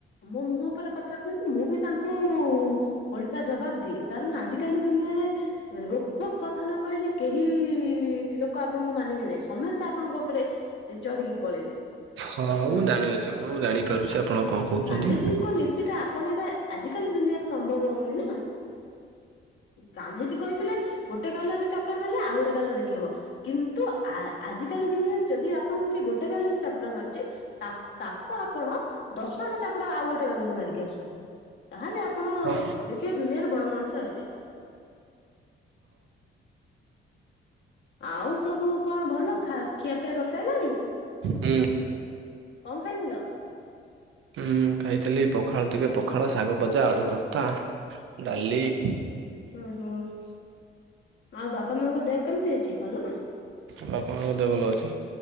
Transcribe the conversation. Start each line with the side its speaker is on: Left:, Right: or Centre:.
Left: ମୋ ମୁହଁ ଉପରେ କଥା କୁହନ୍ତି ମୁଁ ବି ତାଙ୍କୁ ଓଲଟା ଜବାବ ଦିଏ କାରଣ ଆଜିକାଲି ଦୁନିଆରେ ରୋକଠୋକ କଥା ନ କହିଲେ କେହି ଲୋକ ଆପଣଙ୍କୁ ମାନିବେନ ସମସ୍ତେ ଆପଣଙ୍କ ଉପରେ ଚଢିକି ପଳେଇବେ।
Right: ହଁ ମୁଁ ଜାଣିଅଛି ମୁଁ ଜାଣିପାରୁଛି। ଆପଣ କଣ କହୁଛନ୍ତି।
Left: ଗାନ୍ଧିଜୀଙ୍କ ନୀତି ଟା ଆପଣ ଏବେ ଆଜ କାଲି ଦୁନିଆରେ ସମ୍ଭବ ହଉନି ନା ଗାନ୍ଧିଜୀ କହିଥିଲେ ଗୋଟେ ଗାଲରେ ଚାପୁଡା ମାରିଲେ ଆଉ ଗୋଟେ ଗାଲରେ ଦେଖେଇବ କିନ୍ତୁ ଆଜିକାଲି ଦୁନିଆରେ ଯଦି ଆପଣ କି ଗୋଟେ ଗାଲରେ ଚାପୁଡା ମାରି ଯେ ତାକୁ ତାକୁ ଆପଣ ଦଶଟା ଚାପୁଡା ଆଉ ଗୋଟେ ଗାଲରେ ମାରିକି ଆସନ୍ତୁ । ତାହେଲେ ଆପଣ
Right: ହଁ
Left: ଦେଖିବେ ଦୁନିଆର ବଡ ମଣିଷ ହେବେ । ଆଉ ସବୁ କଣ ଭଲ ଖା ଖିଆପିଆ କରିସାରିଲଣି?
Right: ହୁଁ
Left: କଣ ଖାଇଥିଲ?
Right: ହୁଁ ଖାଇଥିଲି ପଖାଳ ଟିକେ ପଖାଳ ଶାଗ ଭଜା ଆଳୁ ଭର୍ତା ଡାଲି ।
Left: ଉହୁଁ ଆଉ ବାପାମାଙ୍କ ଦେହ କେମିତି ଅଛି? ସିଏ ଭଲ ନା?
Right: ମୋ ବାପାମାଙ୍କ ଦେହ ଭଲ ଅଛି ।